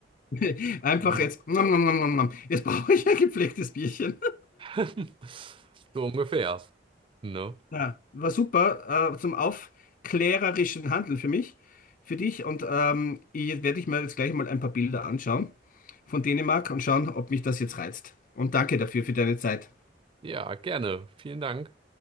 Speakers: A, on the left; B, on the right.
A: <laughs> Einfach
B: Ne?
A: jetzt. nom, nom, nom, nom, nom. Jetzt brauche ich ein gepflegtes Bierchen.
B: <laughs> So ungefähr. Ne?
A: Ja, war super, äh, zum aufklärerischen Handeln für mich, für dich. Und ähm, ich werde ich mir jetzt gleich mal ein paar Bilder anschauen von Dänemark und schauen, ob mich das jetzt reizt. Und danke dafür für deine Zeit.
B: Ja, gerne. Vielen Dank